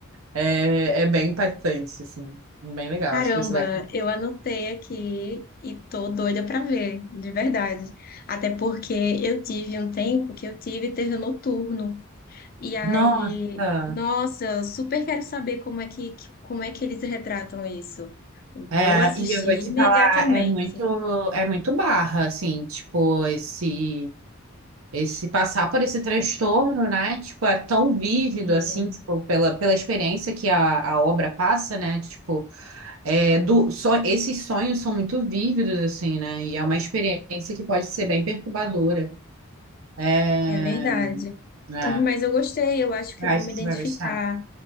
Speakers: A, on the right; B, on the left.
A: É, é bem impactante, assim. Bem legal.
B: caramba,
A: Acho que você vai.
B: eu anotei aqui e tô doida pra ver, de verdade. Até porque eu tive um tempo que eu tive terror noturno. E aí,
A: Nossa.
B: nossa, super quero saber como é que, que- como é que eles retratam isso. Vou
A: É,
B: assistir
A: e eu vou te
B: imediatamente.
A: falar, é muito, é muito barra, assim, tipo, esse, esse passar por esse transtorno, né? Tipo, é tão vívido,
B: Sim,
A: assim, tipo, pela, pela experiência que a, a obra passa, né? Tipo, é, do, so, esses sonhos são muito vívidos, assim, né? E é uma experiência que pode ser bem perturbadora. É,
B: é verdade.
A: é,
B: Mas eu gostei, eu acho que
A: eu
B: eu vou
A: acho
B: me
A: que
B: identificar.
A: você vai gostar.